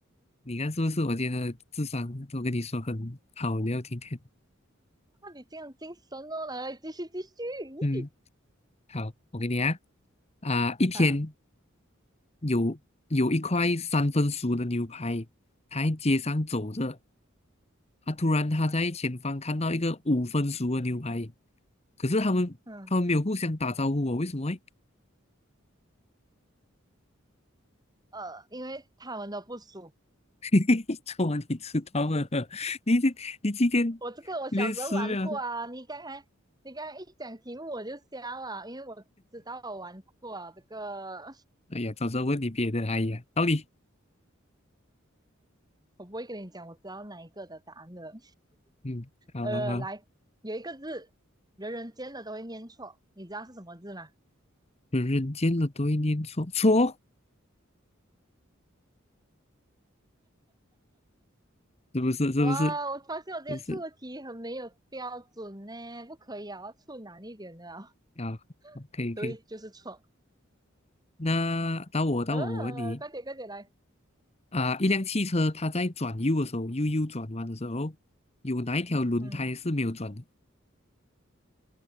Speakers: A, on the left (about 30°); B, on the right (about 20°).
A: 你看是不是？我今天的智商都跟你说很好聊，今天。
B: <laughs> 那你这样精神哦，来来，继续继续。<laughs> 咦
A: 嗯，好，我给你啊，啊，一天
B: 啊
A: 有有一块三分熟的牛排，他在街上走着，他突然他在前方看到一个五分熟的牛排，可是他们他们没有互相打招呼哦，
B: 嗯。
A: 为什么诶？
B: 呃，因为他们都不熟。
A: <laughs> 昨晚你知道吗？<laughs> 你这你今天连十秒都，
B: 我这个我小时候玩过啊，你刚才你刚才一讲题目我就瞎了，因为我知道我玩过啊。这个
A: 哎呀，早知道问你别的，哎呀，到底？
B: 我不会跟你讲，我知道哪一个的答案的。
A: 嗯，好好好。
B: 呃，来，有一个字，人人见的都会念错，你知道是什么字吗？
A: 人人间的对念错错哦，是不是？是不是？
B: 哇，我发现我今天出的题很没有标准呢，
A: 就是
B: 不可以啊，我要出难一点的啊
A: 啊，好可以可以。
B: <laughs> 对，就是错。
A: 那到我到我，
B: 呃，
A: 我问你
B: 快点快点来，
A: 啊，一辆汽车它在转右的时候，右右转弯的时候，有哪一条轮胎是没有转的？
B: 嗯，